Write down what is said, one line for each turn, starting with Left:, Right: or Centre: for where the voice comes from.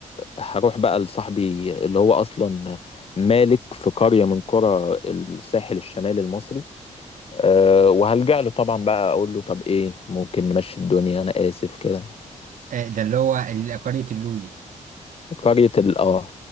Left: هروح بقى لصاحبي اللي هو اصلا مالك في قرية من قرى الساحل الشمالي المصري أه وهلجأ له طبعا بقى اقول له طب ايه ممكن نمشي الدنيا انا اسف كده
Right: آه، ده اللي هو ال- قرية اللولي
Left: قرية ال اه